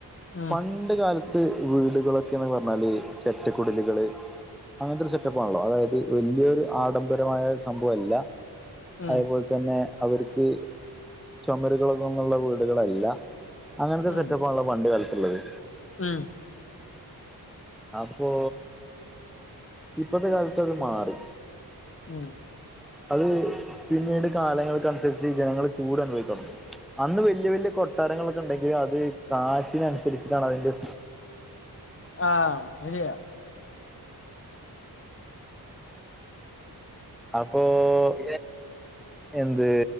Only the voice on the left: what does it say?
ഉം
ഉം
ഉം
ഉം
ഉം
ആഹ് അഹ്ശരിയാ.